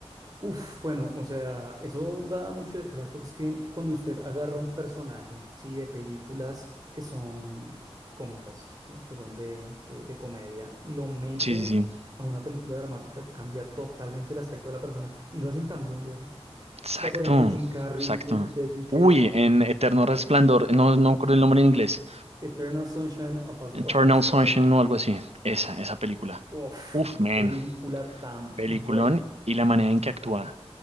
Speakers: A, on the right; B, on the right.
A: Uf, bueno, o sea, eso da mucho de qué hablar porque es que cuando usted agarra un personaje, ¿sí? De películas que son cómicas, ¿sí? Que son de, de, de comedia y lo mete
B: Sí, sí, sí.
A: a una película dramática, cambia totalmente el aspecto de la persona y lo hacen tan bien, viejo.
B: Exacto,
A: Vea, por ejemplo, Jim Carrey,
B: exacto.
A: ve, ve Jim Carrey,
B: Uy, en Eterno Resplandor, no, no me acuerdo el nombre en inglés.
A: Eternal Sunshine of a,
B: Eternal
A: of a Spotless
B: Sunshine
A: Mind.
B: o algo así. Esa, esa película.
A: Uf,
B: Uf,
A: qué
B: man.
A: película tan
B: Peliculón
A: buena.
B: y la manera en que actúa.